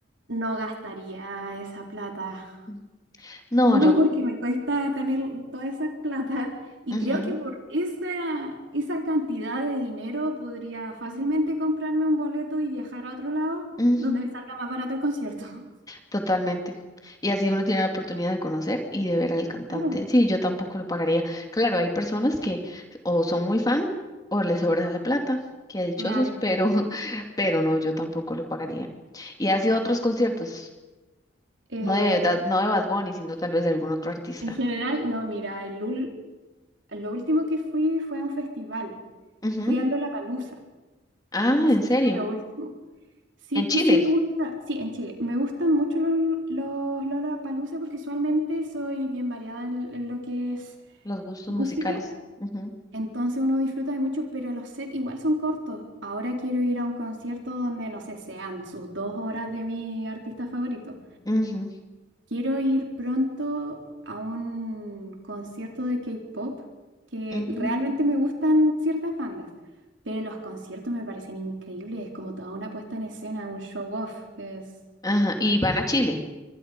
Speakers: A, on the right; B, on the left.
A: No gastaría esa plata
B: Mm. No,
A: Uno,
B: yo,
A: porque me cuesta tener toda esa plata y
B: ujú,
A: creo que por esa, esa cantidad de dinero podría fácilmente comprarme un boleto y viajar a otro lado
B: ujú,
A: donde me salga más barato el concierto. <laughs>
B: totalmente. Y así uno tiene la oportunidad de conocer y de ver al cantante.
A: Claro,
B: Sí, yo tampoco lo pagaría. Claro, hay personas que o son muy fan o les sobra la plata, qué dichosos,
A: claro.
B: pero, <laughs> pero no, yo tampoco lo pagaría. Y ha sido otros conciertos,
A: Eh,
B: no de, Da- no de Bad
A: no,
B: Bunny, sino tal vez de algún otro artista.
A: En general, no, mira, el ul- lo último que fui fue a un festival.
B: Ujú.
A: Fui a Lollapalooza
B: Ah,
A: y eso
B: ¿en serio?
A: ha sido lo último. Sí,
B: En Chile,
A: que sí me gusta, sí, en Chile, me gustan mucho los, los Lollapalooza porque usualmente soy bien variada en, en lo que es
B: los gustos
A: música,
B: musicales. Ujú,
A: entonces uno disfruta de mucho, pero los sets igual son cortos. Ahora quiero ir a un concierto donde, no sé, sean sus dos horas de mi artista favorito.
B: ujú,
A: Quiero ir pronto a un concierto de K-pop, que
B: ujú.
A: realmente me gustan ciertas bandas. Pero los conciertos me parecen increíbles, es como toda una puesta en escena, un show off. Es
B: Ajá, y van a Chile.